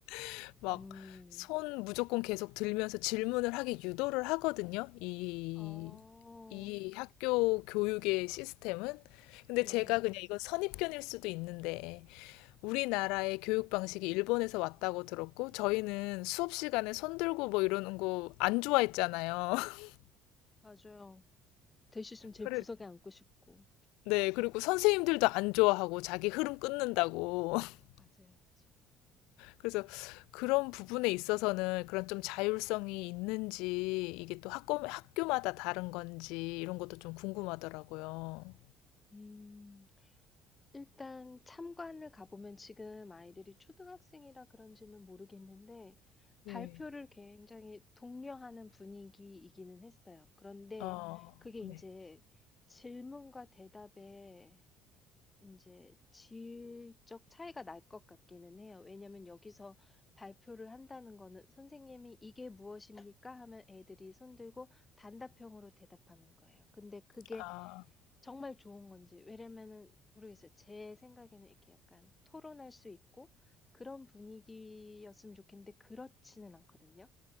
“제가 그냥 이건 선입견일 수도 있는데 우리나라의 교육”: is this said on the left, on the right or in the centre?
Left